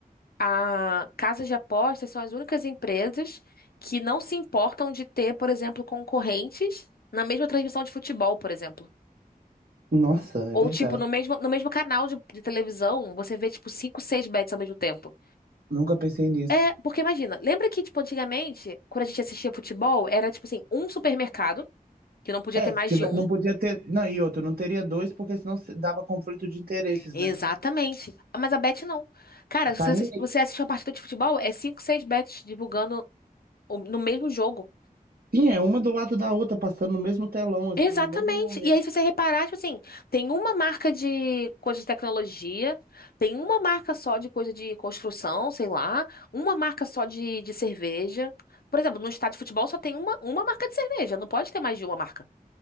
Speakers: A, on the left; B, on the right.
A: a casas de apostas são as únicas empresas que não se importam de ter, por exemplo, concorrentes na mesma transmissão de futebol, por exemplo.
B: Nossa,
A: Ou,
B: é verdade.
A: tipo, no mesmo, no mesmo canal de, de televisão, você vê, tipo, cinco, seis bets ao mesmo tempo.
B: Nunca pensei nisso.
A: É, porque imagina, lembra que, tipo, antigamente, quando a gente assistia futebol, era, tipo assim, um supermercado, que não podia
B: É,
A: ter mais
B: se tiver-
A: de um.
B: não podia ter. Não, e outro, não teria dois, porque senão se- dava conflito de interesses,
A: Exatamente.
B: né?
A: Mas a bet não. Cara, se
B: Tá
A: você,
B: nem
A: assi-
B: aí.
A: você assiste uma partida de futebol, é cinco, seis bets divulgando o- no mesmo jogo.
B: Sim, é uma do lado da outra, passando no mesmo telão, assim,
A: Exatamente.
B: no mesmo momento.
A: E aí, se você reparar, tipo assim, tem uma marca de coisa de tecnologia, tem uma marca só de coisa de construção, sei lá, uma marca só de, de cerveja. Por exemplo, no estádio de futebol só tem uma, uma marca de cerveja, não pode ter mais de uma marca.